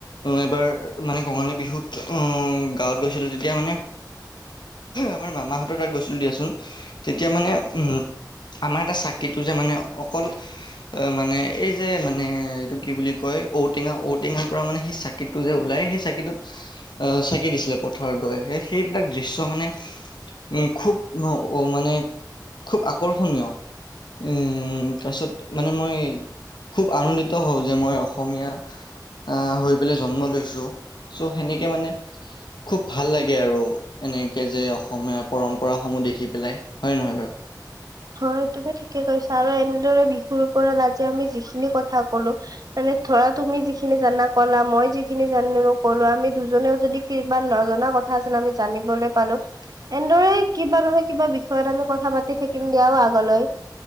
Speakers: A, on the left (about 75°); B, on the right (about 55°).
A: এবাৰ মানে কঙালী বিহুত আহ গাঁৱত গৈছিলো তেতিয়া মানে। আমাৰ মামাহঁতৰ তাত গৈছিলো দিয়াচোন তেতিয়া মানে উম, আমাৰ এটা চাকিটো যে মানে অকল অ' মানে এই যে মানে এইটো কি বুলি কয়, ঔটেঙা, ঔটেঙাৰ পৰা মানে সিচাক চাকিটো যে ওলাই সেই চাকিটোত চাকি দিছিলে, পথাৰত গৈ সেইবিলাক দৃশ্য মানে উম, খুব ন অ' মানে খুব আকৰ্ষণীয়। উম, তাৰপিছত। মানে মই খুব আনন্দিত হওঁ যে মই অসমীয়া আহ হৈ জন্ম লৈছো চ' সেনেকে মানে খুব ভাল লাগে আৰু এনেকৈ যে অসমীয়া পৰম্পৰাসমূহ দেখি পেলাই। হয় নহয় বাৰু?
B: হয়, তুমি ঠিকে কৈছা আৰু এনেদৰে বিহুৰ ওপৰত আজি আমি যিখিনি কথা ক'লো মানে ধৰা তুমি যিখিনি জানা ক'লা, মই যিখিনি জানো ক'লো, আমি দুজনেও যদি কিবা নজনা কথা আছিল, আমি জানিবলৈ পালো। এনেদৰে কিবা নহয় কিবা বিষয়ত আমি পাতি থাকিম দিয়া আগলৈ।